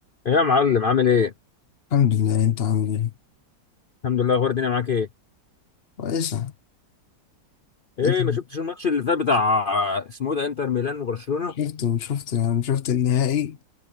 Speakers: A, on the left; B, on the left.
A: إيه يا معلم عامل ايه؟
B: الحمد لله انت عامل ايه
A: الحمد لله اخبار الدنيا معاك ايه؟
B: كويسة
A: ايه
B: انت
A: ما شفتش الماتش اللي فات بتاع اسمه إيه ده انتر ميلان وبرشلونة؟
B: شفت شفت شفت النهائي